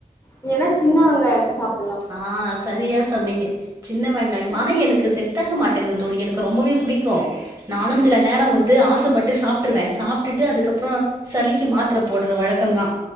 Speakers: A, on the left; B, on the right.
A: இல்லன்னா சின்ன வெங்காய வெச்சி சாப்
B: ஆஹ் சரியா சொன்னீங்க சின்ன வெங்காயம் ஆனா எனக்கு செட் ஆக மாட்டேங்குது தோழி எனக்கு ரொம்பவே புடிக்கும் நானும் சில நேரம் வந்து
A: ம்
B: ஆசைப்பட்டு சாப்பிட்ருவேன் சாப்பிட்டுட்டு அதுக்கப்புறோம் சளிக்கு மாத்துர போட்ற வழக்கோந்தா